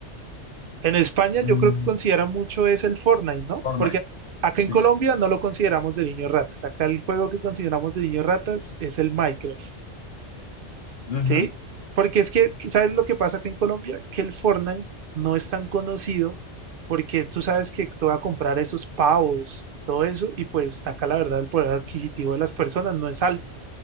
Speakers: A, on the right; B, on the left.
A: En España
B: Mm,
A: yo creo que consideran mucho es el Fortnite, ¿no?
B: Fortnite,
A: Porque acá en
B: sí.
A: Colombia no lo consideramos de niños ratas. Acá el juego que consideramos de niños ratas es el Minecraft,
B: Ujú,
A: ¿sí? Porque es que, ¿sabes lo que pasa acá en Colombia? Que el Fortnite no es tan conocido porque tú sabes que tú vas a comprar esos pavos y todo eso y pues acá la verdad el poder adquisitivo de las personas no es alto.